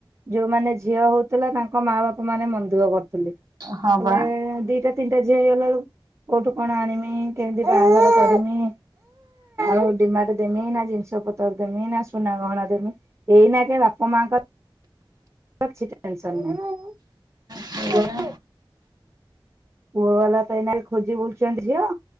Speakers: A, on the right; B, on the right.
A: ଯୋଉମାନେ ଝିଅ ହଉଥୁଲା ତାଙ୍କ ମା ବାପ ମାନେ ମନଦୁଃଖ କରୁଥିଲେ।
B: ହଁ
A: ହେଲେ
B: ବା
A: ଦିଟା ତିନିଟା ଝିଅ ହେଇଗଲା ଅଳୁ କୋଉଠୁ କଣ ଆଣିମି କେମିତି ବାହାଘର କରମି ଆଉ ଡିମାଟେ ଦେମି ନା ଜିନିଷ ପତର ଦେମି ନା ସୁନା ଗହଣା ଦେମି ଏଇନାକେ ବାପ ମାଙ୍କ ର କିଛି ଟେନସନ୍ ନାହିଁ
B: ସେଇବା
A: ପୁଅ ପୁଅ ବାଲା ତ ଏଇନା ଖୋଜି ବୁଲୁଚନ୍ତି ଝିଅ।